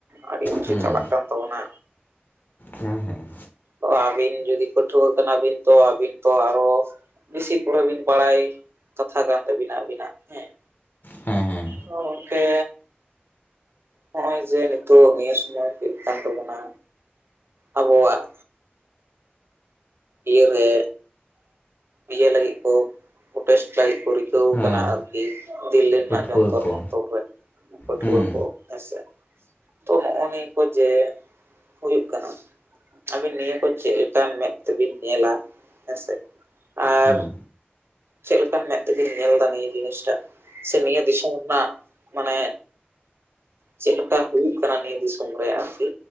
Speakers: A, on the right; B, on the left.
A: ᱟᱹᱰᱤ ᱠᱤᱪᱷᱩ
B: ᱦᱮᱸ
A: ᱪᱟᱞᱟᱜ ᱠᱟᱱ ᱛᱟᱵᱚᱱᱟ᱾
B: ᱦᱮᱸ ᱦᱮᱸ᱾
A: ᱚ ᱟᱹᱵᱤᱱ ᱡᱩᱫᱤ ᱯᱟᱹᱴᱷᱩᱣᱟᱹ ᱠᱟᱱᱟᱵᱤᱱ ᱛᱚ ᱟᱹᱵᱤᱱ ᱛᱚ ᱟᱨᱦᱚ ᱵᱤᱥᱤ ᱠᱚᱨᱮ ᱵᱤᱱ ᱵᱟᱲᱟᱭ ᱠᱟᱛᱷᱟ ᱠᱟᱱ ᱛᱟᱹᱵᱤᱱᱟ ᱟᱹᱵᱤᱱᱟᱜ ᱦᱮᱸ᱾
B: ᱦᱮᱸ ᱦᱮᱸ᱾
A: ᱫᱚ ᱜᱚᱝᱠᱮ ᱦᱚᱸᱜᱼᱚᱭ ᱡᱮ ᱱᱤᱛᱚᱜ ᱱᱤᱭᱟᱹ ᱥᱩᱢᱚᱭ ᱦᱩᱭᱩᱜ ᱠᱟᱱ ᱛᱟᱵᱚᱱᱟ, ᱟᱵᱚᱣᱟᱜ ᱤᱭᱟᱹ ᱨᱮ ᱤᱭᱟᱹ ᱞᱟᱹᱜᱤᱫ ᱠᱚ ᱯᱳᱴᱮᱥᱴ ᱞᱟᱹᱜᱤᱫ ᱠᱚ ᱨᱤᱠᱟᱹᱣ
B: ᱦᱮᱸ
A: ᱠᱟᱱᱟ ᱟᱨ <unintelligible> ᱫᱤᱞᱞᱤ ᱨᱮᱱᱟᱜ
B: ᱯᱟᱹᱴᱷᱩᱣᱟᱹ
A: ᱡᱚᱱᱛᱚᱨ
B: ᱠᱚ
A: ᱢᱚᱱᱛᱚᱨ ᱨᱮᱱ ᱯᱟᱹᱴᱷᱩᱣᱟᱹ
B: ᱦᱮᱸ
A: ᱠᱚ ᱦᱮᱸᱥᱮ, ᱛᱚ ᱱᱚᱸᱜᱼᱱᱤᱭᱮ ᱠᱚ ᱡᱮ ᱦᱩᱭᱩᱜ ᱠᱟᱱᱟ, ᱟᱵᱤᱱ ᱱᱤᱭᱟᱹ ᱠᱚ ᱪᱮᱫᱞᱮᱠᱟ ᱢᱮᱫ ᱛᱮᱵᱤᱱ ᱧᱮᱞᱟ ᱦᱮᱸᱥᱮ, ᱟᱨ
B: ᱦᱮᱸ
A: ᱪᱮᱫ ᱞᱮᱠᱟ ᱢᱮᱫ ᱛᱮᱵᱤᱱ ᱧᱮᱞ ᱫᱟ ᱱᱤᱭᱟᱹ ᱡᱤᱱᱤᱥᱴᱟᱜ? ᱥᱮ ᱱᱤᱭᱟᱹ ᱫᱤᱥᱚᱢ ᱨᱮᱱᱟᱜ ᱢᱟᱱᱮ ᱪᱮᱫᱞᱮᱠᱟ ᱦᱩᱭᱩᱜ ᱠᱟᱱᱟ ᱱᱤᱭᱟᱹ ᱫᱤᱥᱚᱢ ᱨᱮ ᱟᱨᱠᱤ,